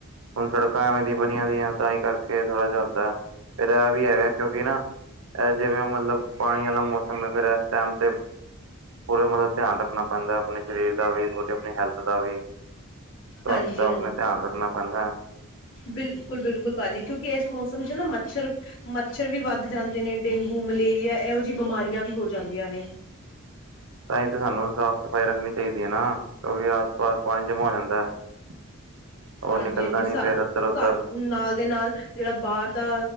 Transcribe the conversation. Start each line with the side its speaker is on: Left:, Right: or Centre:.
Right: ਹੁਣ ਸੜਕਾਂ ਐਵੇਂ ਦੀ ਬ ਣੀਆ ਦੀਆਂ ਤਾਂ ਈ ਕਰਕੇ ਥੋੜਾ ਜਿਹਾ ਹੁੰਦਾ, ਫਿਰ ਐਹ ਵੀ ਹੈਗਾ, ਕਿਉਂਕਿ ਨਾ ਐਹ ਜਿਵੇਂ ਮਤਲਬ, ਪਾਣੀ ਵਾਲਾ ਮੌਸਮ ਏ, ਫੇਰ ਐ ਟੈਮ ਤੇ ਪੂਰੇ ਮਤਲਬ ਧਿਆਨ ਰੱਖਣਾ ਪੈਂਦਾ, ਆਪਣੇ ਸਰੀਰ ਦਾ ਵੀ ਆਪਣੀ ਹੈਲਥ ਦਾ ਵੀ, ਸਵਥ
Left: ਹਾਂਜੀ
Right: ਦਾ ਆਪਣੇ ਧਿਆਨ ਰੱਖਣਾ ਪੈਂਦਾ।
Left: ਬਿਲਕੁਲ-ਬਿਲਕੁਲ ਭਾਜੀ, ਕਿਉਂਕਿ ਇਸ ਮੌਸਮ 'ਚ ਨਾ ਮੱਛਰ ਮੱਛਰ ਵੀ ਵੱਧ ਜਾਂਦੇ ਨੇ, ਡੇਂਗੂ, ਮਲੇਰੀਆ ਇਹੋ ਜਿਹੀ ਬਿਮਾਰੀਆਂ ਵੀ ਹੋ ਜਾਂਦੀਆਂ ਨੇ।
Right: ਤਾਹੀ ਤਾਂ ਸਾਨੂੰ ਸਾਫ਼-ਸਫ਼ਾਈ ਰੱਖਣੀ ਚਾਹੀਦੀ ਏ ਨਾ, ਕਿਉਕਿ ਆਸ-ਪਾਸ ਪਾਣੀ ਜਮਾਂ ਹੋ ਜਾਂਦਾ। <inaudible>
Left: ਹਾਂਜੀ-ਹਾਂਜੀ,
Right: ਨਿਕਲਦਾ
Left: ਸਾ-ਸਾ,
Right: ਨੀ ਫੇਰ ਇੱਧਰ ਉਧਰ
Left: ਨਾਲ ਦੇ ਨਾਲ ਜਿਹੜਾ ਬਾਰ ਦਾ